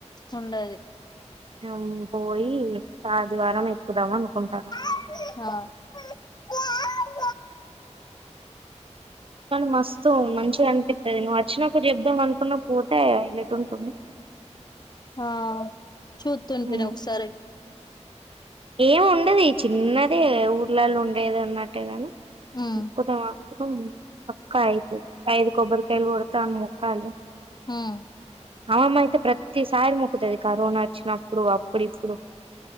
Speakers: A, on the left; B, on the right.
A: ఉండది
B: అఁ పోయి ఆదివారం ఎక్కుదాం అనుకుంటాన
A: ఆఁ
B: కానీ మస్తు మంచిగ అనిపిత్తది. నువ్వు అచ్చినప్పుడు చెప్దం అనుకున్న పోతే ఐలెట్ ఉంటుంది.
A: ఆఁ చూతుంటిని
B: మ్
A: ఒక్సారి
B: ఏం ఉండది చిన్నదే ఊర్లలో ఉండేది అన్నట్టే గానీ,
A: ఉమ్
B: మొక్కితే మాత్రం పక్క అయితది. ఐదు కొబ్బరికాయలు కొడుత అని మొక్కాలే
A: మ్మ్
B: అమ్మమ్మ అయితే ప్రతిసారి మొక్కుతది కరోనా అచ్చినప్పుడు అప్పుడు ఇప్పుడు.